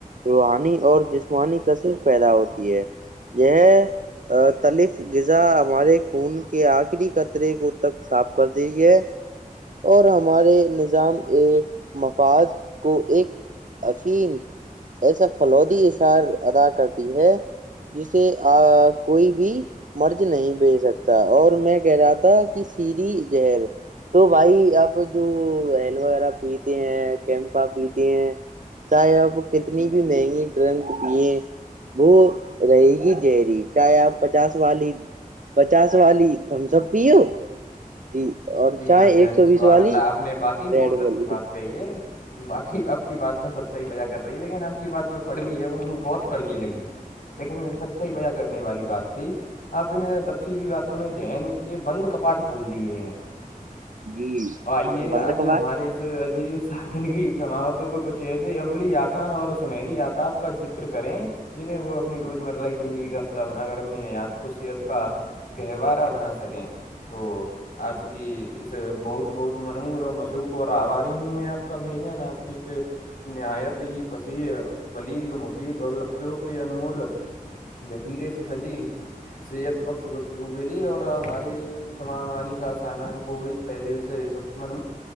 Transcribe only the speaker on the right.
روحانی اور جسمانی کشش پیدا ہوتی ہے یہ تلف غذا ہمارے خون کے آخری قطرے کو تک صاف کر دی ہے اور ہمارے نظام ا مفاد کو ایک اسیل ایسا فلودی اثار ادا کرتی ہے جسے کوئی بھی مرض نہیں بج سکتا اور میں کہہ رہا تھا کہ سیدھی زہر تو بھائی آپ جو ریم غیرہ پیتے ہیں کیمپا پیتے ہیں چاہے آپ کتنی بھی مہنگی ڈرنک پیے وہ رہے گی گہری چاہے آپ پچاس والی پچاس والی تھمسپ پیو جی اور
چاہے
ایک سو
بیس والی
ریڈ
بول
جی
بند
کباٹ